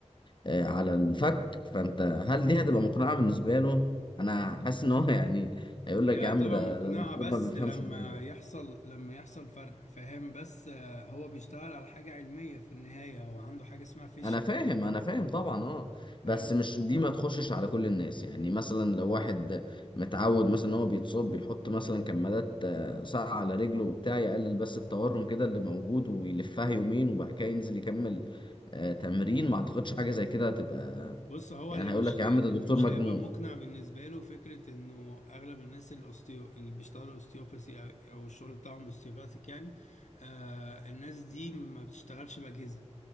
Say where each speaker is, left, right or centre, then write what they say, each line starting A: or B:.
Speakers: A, on the left (about 45°); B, on the left (about 85°).
A: آه، على الفك فانت هل دي هتبقى مقنعة بالنسبة له انا حاسس ان هو <laughs> يعني هيقول لك
B: هي
A: يا عم
B: هتبقى
A: ده
B: مقنعة
A: ده دكتور
B: بس
A: ما بيفهمش
B: لما
A: حاجة يعني.
B: يحصل لما يحصل فرق فاهم بس آه، هو بيشتغل على حاجة علمية في النهاية هو عنده حاجة اسمها فيش
A: انا فاهم انا فاهم طبعا اه
B: فاهم
A: بس مش دي ما تخشش على كل الناس يعني مثلا لو واحد متعود مثلا ان هو بيتصاب بيحط مثلا كمادات آه، ساقعة على رجله وبتاع يقلل بس التورم كده اللي موجود ويلفها يومين وبعد كده ينزل يكمل آه، تمرين ما اعتقدش حاجة زي كده هتبقى
B: بص هو
A: يعني
B: اللي
A: هيقول
B: مش
A: لك يا
B: اللي
A: عم ده دكتور
B: مش
A: مجنون
B: هيبقى مقنع بالنسبة له فكرة انه اغلب الناس الاوستيو اللي بيشتغلوا اوستيوباثي او أو الشغل بتاعهم اوستيوباثيك يعني آه الناس دي ما بتشتغلش بأجهزة